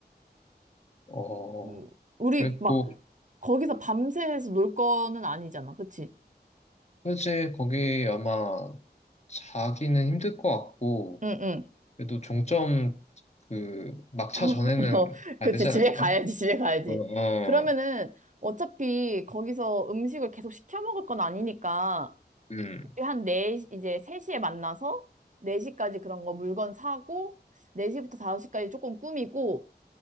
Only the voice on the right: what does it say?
음, 우리
막, 거기서 밤새서 놀 거는 아니잖아, 그치?
응, 응.
<laughs> 어,
그치.
집에
가야지, 집에 가야지.
그러면은 어차피 거기서 음식을 계속 시켜 먹을 건 아니니까
우리 한 네 시 이제 3시에 만나서 4시까지 그런 거 물건 사고 4시부터 5시까지 조금 꾸미고